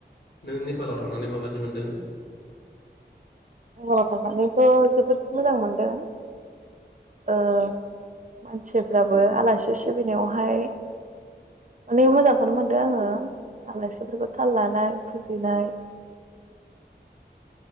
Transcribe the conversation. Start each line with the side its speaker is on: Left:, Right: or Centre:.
Left: नों नेपालाव थांनानै माबायि मोनदों
Right: नेपालाव थांनानैथ' जोबोद मोजां मोनदों ओ मोन फोराबो आलासि सिबिनायावहाय अनेक मोजांखौनो मोनदों आङो आलासिफोरखौ थाल लानाय फुजिनाय।